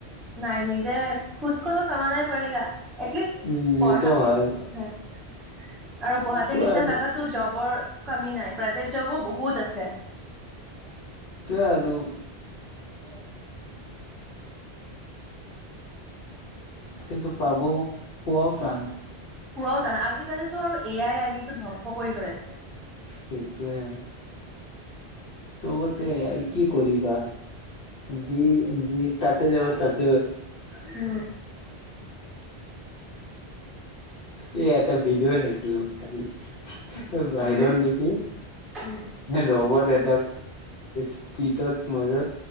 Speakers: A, in the centre; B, on the left (about 60°).
A: নাই নিজে খুদ ক তৈ কমানা পাৰেগা। এটলিষ্ট
B: উম,
A: পঢ়া
B: এইটো হয়।
A: আৰু গুৱাহাটীৰ
B: সেইটোয়ে
A: নিচিনা
B: আৰু
A: জাগাতো জবৰ। কমি নাই প্ৰাইভেট জবো বহুত আছে।
B: <unintelligible> <unintelligible> কিন্তু পাব পোৱাও টান।
A: পোৱাও টান আজিকালিতো আৰু এয়াই আহি ধ্বংস কৰি পেলাইছে।
B: সেইটোৱে। চবতে কি কৰিবা যি যি তাততে যাব তাত।
A: উ
B: এই এটা ভিডিও হেল্ল খালি এই বাহিৰত
A: হুম
B: নেকি
A: উম
B: ৰব এ <unintelligible> টাত মাজে